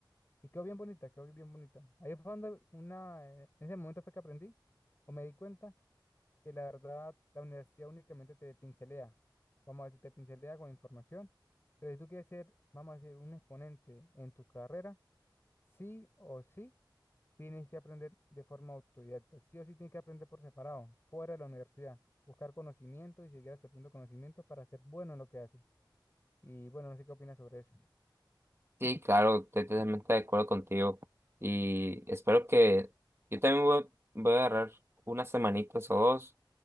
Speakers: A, on the left (about 30°); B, on the right (about 30°).
A: Y quedó bien bonita, quedó bien bonita. Ahí fue donde una, eh, en ese momento fue que aprendí o me di cuenta que la verdad la universidad únicamente te pincelea. Vamos a decir, te pincelea con información, pero si tú quieres ser, vamos a decir, un exponente en tu carrera, Sí o sí tienes que aprender de forma autodidacta. Sí o sí tienes que aprender por separado, fuera de la universidad. Buscar conocimiento y seguir absorbiendo conocimientos para ser bueno en lo que haces. Y bueno, no sé qué opinas sobre eso.
B: Sí, claro, estoy totalmente de acuerdo contigo y espero que yo también voy, voy a agarrar unas semanitas o dos